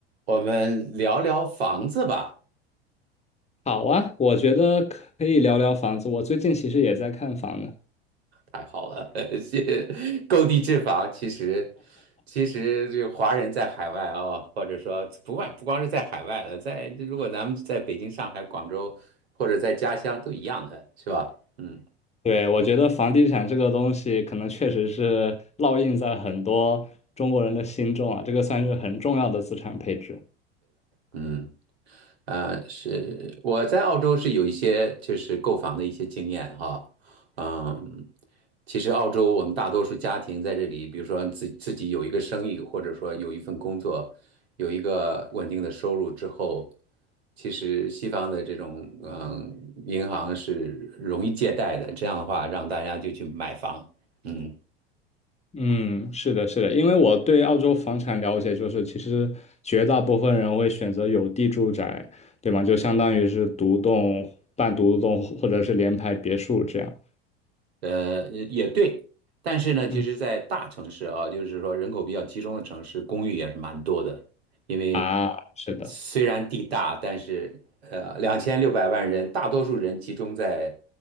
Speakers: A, on the right; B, on the left.
A: 我们聊聊房子吧，
B: 好啊，我觉得可以聊聊房子。我最近其实也在看房呢。
A: 太好了，<laughs> 谢购地置房。其实，其实这个华人在海外啊、或者说不外不光是在海外了，在如果咱们在北京、上海、广州或者在家乡都一样的，是吧？嗯
B: 对，我觉得房地产这个东西，可能确实是烙印在很多中国人的心中啊，这个算是很重要的资产配置。
A: 嗯。呃，是我在澳洲是有一些就是购房的一些经验哈，嗯，其实澳洲我们大多数家庭在这里，比如说自自己有一个生意，或者说有一份工作，有一个稳定的收入之后，其实西方的这种嗯银行是容易借贷的，这样的话让大家就去买房，嗯。
B: 嗯，是的，是的，因为我对澳洲房产了解，就是其实绝大部分人会选择有地住宅，对吗？就相当于是独栋、半独栋或者是联排别墅这样。
A: 呃，也也对，但是呢，其实，
B: 嗯
A: 在大城市啊，就是说人口比较集中的城市，公寓也是蛮多的，因为
B: 啊，是的。
A: 虽然地大，但是呃，两千六百万人，大多数人集中在